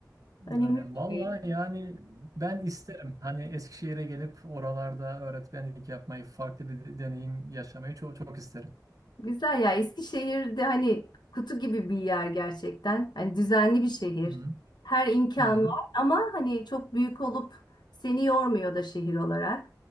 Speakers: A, on the left (about 80°); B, on the right (about 55°).
A: Önemli.
B: Aynen.
A: bir
B: Vallahi
A: şey.
B: yani ben isterim. Hani Eskişehir'e gelip oralarda öğretmenlik yapmayı, farklı bir de- deneyim yaşamayı çok çok isterim.
A: Güzel ya Eskişehir'de hani kutu gibi bir yer gerçekten. Hani düzenli bir şehir.
B: Hı hı.
A: Her imkan
B: Hı hı.
A: var ama hani çok büyük olup seni yormuyor da şehir olarak.